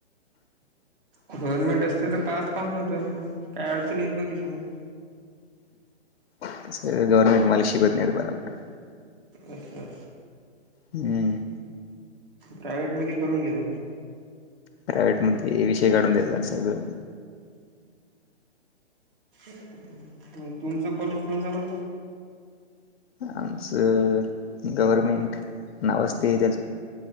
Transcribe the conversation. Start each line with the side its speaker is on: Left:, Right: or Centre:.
Right: गव्हर्नमेंट असते तर पास काम नव्हतं काय अडचणी येत नव्हती समोर.
Left: तसं गव्हर्नमेंट मला शिकवत नाहीत बरोबर.
Right: अच्छा
Left: हम्म.
Right: प्रायव्हेट मध्ये करून घे जा.
Left: प्रायव्हेटमध्ये विषय काढून देतात सगळं.
Right: मंग तुमचं कॉलेज कोणचा म्हणलं?
Left: आमचं गवर्नमेंट नावचं ते त्याचा.